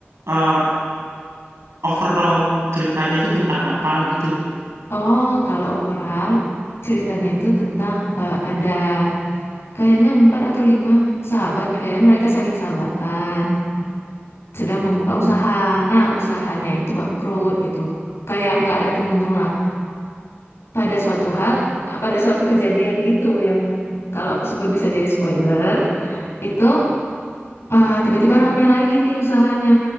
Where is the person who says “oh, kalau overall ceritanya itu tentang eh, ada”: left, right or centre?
Left